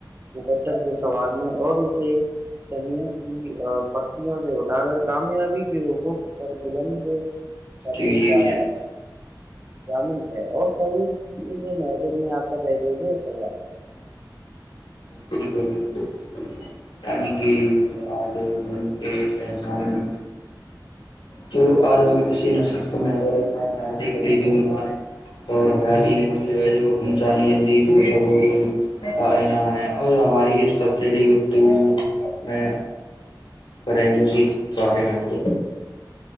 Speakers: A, on the right; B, on the left.
A: مقدر کے سوارنے اور زمین کی پستوں سے اٹھا کرگر کامیابی کےت پر بلند کرنے
B: جی جی
A: کا
B: جناب
A: جامن ہے اور سعور کیز محفل میں آپ کو دے دیجے سال
B: بالکلالک یعنی کہ مطلب آج م یہ سان تو آج ہمیں اسی ن سرت میں ک دور میںئے اور حیااتی مودی ہے جو انسانی زندگی کو شبور رول کانا ہے اور ہماری اس تفصیلی گتی میں کریں گےی بارے میں تو